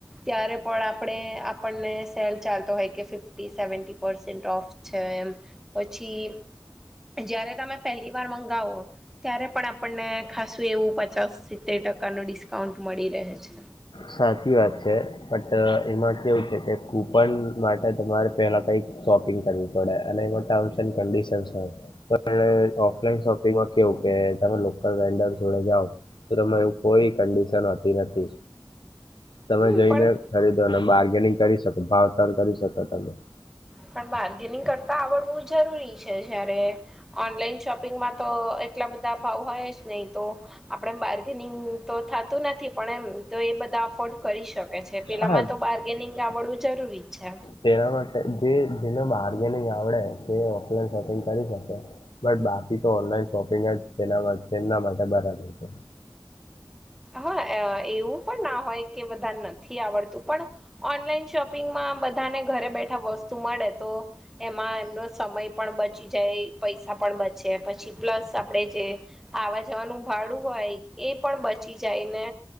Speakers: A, in the centre; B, on the left.
A: ત્યારે પણ આ ને આપણને સેલ ચાલતો હોય કે ફિફી સેવીન્ટ ઓફ છે એ પછી તે જયારે તમે પહેલી વાર મંગાવો ત્યારે પણ આપણને ખાસું એવું પચાસ સીતેર ટકા નુ ડિસ્કાઉન્ટ મળી રહે છે.
B: સાચી વાત છે બટ એમાં કેવું છે કે કુપન માટે તમારે પેલા કઈ- સોપિંગ કરવી પડે અને એ ટર્મ એ કનડીસન સુ આપણે ઓફલાઈન શોપિંગમાં કેવું કે તમે લોકલ વેન્ડર જોડે જાઓ ત એવું કોઈ કંડીશન હોતી નથી. તમે
A: હમ
B: જોઈને
A: પણ
B: ખરીદો અને બાર્ગેનિંગ કરી શકો ભાવતલ કરી શકો તમે
A: પણ બાર્ગેનિંગ કરતા આવડવું જરૂરી છે જયારે ઓનલાઈન શોપિંગમાં તો એટલા બધા ભાવ હોય જ નહીં તો આપણે બાર્ગેનિંગ તો થતું નથી પણ એમ તો એ બધા અફોર્ડ કરી શ કે છે પેલામાં
B: હા
A: તો બાર્ગેનિંગ આવડવું જરૂરી છે
B: તેવા માટે તે જેને બાર્ગેનિંગ આવડે તે ઓફલાઈન શોપિંગ કરી શકે બટ બાકી તો ઓનલાઈન શો શપિંગ તેના તેમના માટે બરાબર છે.
A: હા એવું પણ ના હોય કે બધા નથી આવડતું પણ ઓનલાઈન શોપિંગમાં બધાને ઘરે બેઠા વસ્તુ તું મળે તો એમાં એમનો સમય પણ બચી જાય પૈસા પણ બચે પછી પ્લસ આપે જે આવા જવાનું ભાડું હોય એ પણ બચે જાયને